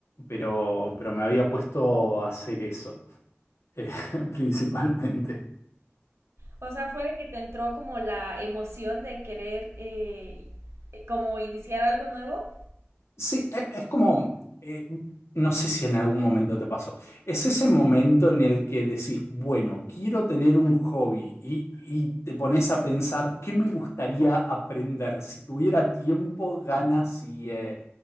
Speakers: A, on the left (about 85°); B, on the right (about 80°).
A: pero, pero me había puesto a hacer eso, eh, <laughs> principalmente.
B: O sea, fue de que te entró como la emoción de querer eh, eh, como iniciar algo nuevo.
A: Sí, e- es como, eh, no sé si en algún momento te pasó, es ese momento en el que decís, bueno, quiero tener un hobby y, y te pones a pensar, ¿qué me gustaría aprender? Si tuviera tiempo, ganas y, eh,